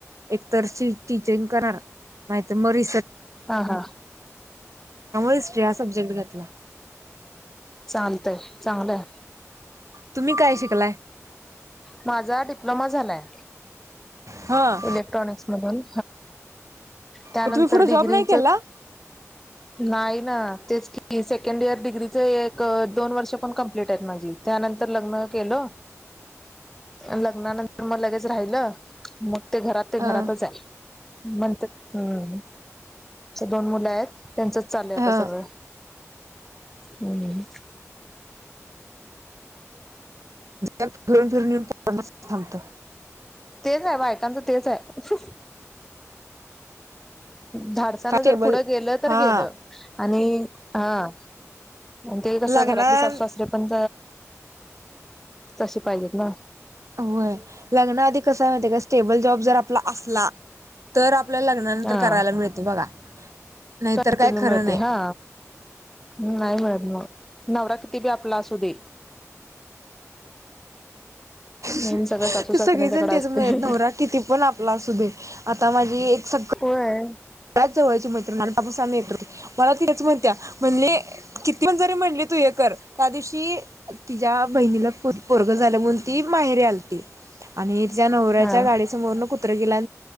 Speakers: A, on the right; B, in the centre.
A: एक नाही मग करणार त्यामुळे
B: हा हा
A: हिस्ट्री हा सब्जेक्ट घेतला.
B: चालतय चांगलंय.
A: तुम्ही काय शिकलाय?
B: माझा डिप्लोमा झालाय.
A: ह.
B: इलेक्ट्रॉनिक्स मधून त्यानंतर
A: मग तुम्ही पुढे जॉब
B: डिग्री
A: नाही केला
B: नाही ना तेच की सेकंड इयर डिग्रीच एक दोन वर्ष पण कंप्लीट आहेत माझी त्यानंतर लग्न केलं.
A: <unintelligible>
B: लग्नानंतर मग लगेच राहिलं मग ते घरात ते घरातच
A: हा
B: आहे. मण हम्म दोन मुलं आहेत त्यांचंच चाल आता
A: हा
B: सगळं. हम्म.
A: फिरून फिरून येऊन पड थांबत.
B: तेच आहे बायकांचं तेच आहे धड असना
A: का
B: जर
A: टेबल
B: पुढं गेलं तर
A: हा
B: गेलं. आणि हा ते कस
A: लग्ना
B: घरातली सास ते पण तशी पाहिजेत ना.
A: होय लग्ना आधी कस आहे मा का स्टेबल जॉब जर आपला असला. तर आपल्याला लग्नानंतर
B: हा
A: करायला मिळत बघा. नाहीतर
B: कंटिन्यू
A: काय खरं
B: मिळते
A: नाही
B: हा. नाही मॅडम मग नववर कती बी आपला असू दे.
A: <inaudible> ते
B: मेन सगळं सासू सासऱ्यांच्याकडे
A: सगळेजण त्याचा
B: असते
A: प्रयत्न होरा किती पण आपला अस देे आता माझी एक सगळ.
B: हो आहे.
A: बच जवळची मैत्र ना बापू सा यते मला तेच म्हणत्या म्हणले. किती पण जरी म्हणली तू हे कर त्या दिवशी तिच्या बहिणीला पोरग झाल्या म्हणून ती माहेरीे आलती. आणि त्या नवऱ्याच्या
B: हा
A: गाडी समोरन कुत्र किला